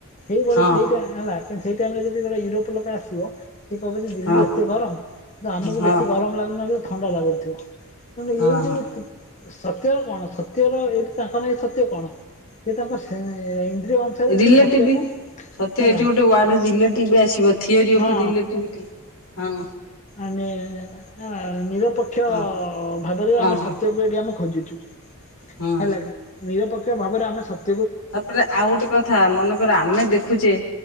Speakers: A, on the left (about 35°); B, on the left (about 90°).
A: ସେଇଭଳି
B: ହଁ
A: ସେଇଟା ହେଲା କିନ୍ତୁ ସେଇ ଟାଇମ ରେ ଯଦି ଗୋଟେ ୟୁରୋପ ଲୋକ ଆସିବ ସିଏ କହିବ ଯେ ଦିଲ୍ଲୀରେ
B: ହଁ
A: ଏତେ ଗରମ କିନ୍ତୁ ଆମୁକୁ
B: ହଁ ହଁ
A: ବେଶୀ ଗରମ ଲାଗୁନି ଯେ ଥଣ୍ଡା ଲାଗୁଥିବ। ନ ହେଲେ
B: ହଁ
A: ଏଇ ଯୋଉ ତୁ ସତ୍ୟର କଣ ସତ୍ୟର ଏଇଠି ତାଙ୍କ ପାଇଁ ସତ୍ୟ କଣ କି ତାଙ୍କର ସେ ଇନ୍ଦ୍ରିୟ ସେଇ
B: ରିଲେଟିଭ
A: ସେ ସତ୍ୟକୁ
B: ସତ୍ୟ
A: ହେଲା
B: ଏଇଠି ଗୋଟେ ୱାର୍ଡ ରିଲେଟିଭ ଆସିବ ଥିଓରି ଅଫ୍
A: ହଁ
B: ରିଲେଟିଭିଟି ହଁ।
A: ଆମେ ଆ ନିରପେକ୍ଷ
B: ହଁ
A: ଭାବରେ
B: ହଁ
A: ଆମେ
B: ହଁ
A: ସତ୍ୟ କୁ ଏଇଠି ଆମେ ଖୋଜିଚୁ
B: ହଁ
A: ହେଲା କି ନିରପେକ୍ଷ ଭାବରେ ଆମେ ସ
B: ତାପରେ ଆଉ ଗୋଟେ କଥା ମନେକର ଆମେ ଦେଖୁଚେ